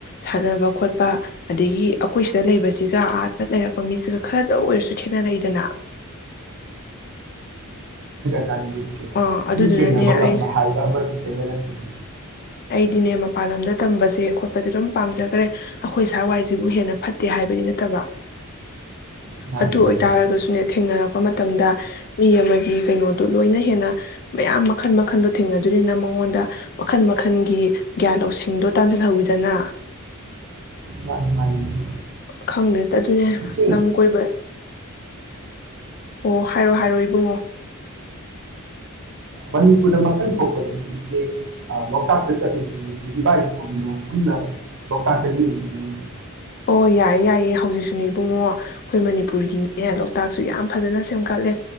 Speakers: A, on the left; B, on the right.
A: ꯁꯥꯟꯅꯕ ꯈꯣꯠꯄ ꯑꯗꯒꯤ ꯑꯩꯈꯣꯏ ꯁꯤꯗ ꯂꯩꯕꯁꯤꯒ ꯑꯥꯗ ꯂꯩꯔꯛꯄ ꯃꯤꯁꯤꯒ ꯈꯔꯗ ꯑꯣꯏꯔꯁꯨ ꯈꯦꯠꯅꯔꯛꯏꯗꯅ
B: ꯑꯗꯅꯤ ꯏꯆꯦ
A: ꯑꯥ ꯑꯗꯨꯗꯨꯅꯅꯦ
B: ꯃꯤ ꯊꯦꯡꯅꯕ ꯉꯝꯕ
A: ꯑꯩ
B: ꯍꯥꯏꯕ ꯑꯃꯁꯨ ꯈꯦꯅꯔꯛꯇꯨꯅꯤ
A: ꯗꯤꯅꯦ ꯃꯄꯥꯟ ꯂꯝꯗ ꯇꯝꯕꯁꯦ ꯈꯣꯠꯄꯖꯦ ꯑꯗꯨꯝ ꯄꯥꯝꯖꯒꯔꯦ ꯑꯩꯈꯣꯏ ꯁꯥꯋꯥꯏꯁꯤꯕꯨ ꯍꯦꯟꯅ ꯐꯠꯇꯦ ꯍꯥꯏꯕꯗꯤ ꯅꯠꯇꯕ
B: ꯃꯥꯅꯤ
A: ꯑꯗꯨ
B: ꯃꯥꯅꯤ
A: ꯑꯣꯏꯇꯥꯔꯒꯁꯨꯅꯦ
B: ꯏꯆꯦ
A: ꯊꯦꯡꯅꯔꯛ ꯄ ꯃꯇꯝꯗ ꯃꯤ ꯑꯃꯒꯤ ꯀꯩꯅꯣꯗꯨ ꯂꯣꯏꯅ ꯍꯦꯟꯅ ꯃꯌꯥꯝ ꯃꯈꯜ ꯃꯈꯟꯗꯣ ꯊꯦꯡꯅꯗꯣꯏꯅꯤꯅ ꯃꯉꯣꯟꯗ ꯃꯈꯜ ꯃꯈꯜꯒꯤ ꯒ꯭ꯌꯥꯟ ꯂꯧꯁꯤꯡꯗꯣ ꯇꯥꯟꯁꯤꯜꯍꯧꯋꯤꯗꯅ
B: ꯃꯥꯅꯤ ꯃꯥꯅꯤ ꯏꯆꯦ
A: ꯈꯪꯗꯦ ꯑꯗꯨꯅꯦ
B: ꯏꯆꯦ
A: ꯂꯝ ꯀꯣꯏꯕ ꯑꯣ ꯍꯥꯏꯔꯣ ꯍꯥꯏꯔꯣ ꯏꯕꯨꯡꯉꯣ
B: ꯃꯅꯤꯄꯨꯔꯗ ꯃꯊꯪ ꯊꯣꯛꯄꯗꯗꯤ ꯏꯆꯦ ꯑꯥ ꯂꯣꯛꯇꯥꯛꯇ ꯆꯠꯂꯨꯁꯤꯅꯦ ꯏꯆꯦ ꯏꯕꯥꯏꯖꯨ ꯄꯨꯕꯤꯔꯣ ꯄꯨꯟꯅ ꯂꯣꯛꯇꯥꯛꯇ ꯂꯦꯛꯎꯖꯤꯅꯦ ꯏꯆꯦ
A: ꯑꯣꯏ ꯌꯥꯏꯌꯦ ꯌꯥꯏꯌꯦ ꯍꯧꯖꯤꯛꯁꯨꯅꯦ ꯏꯕꯨꯡꯉꯣ ꯑꯩꯈꯣꯏ ꯃꯅꯤꯄꯨꯔꯒꯤꯅꯦ ꯂꯣꯛꯇꯥꯛꯁꯨ ꯌꯥꯝ ꯐꯖꯅ ꯁꯦꯝꯒꯠꯂꯦ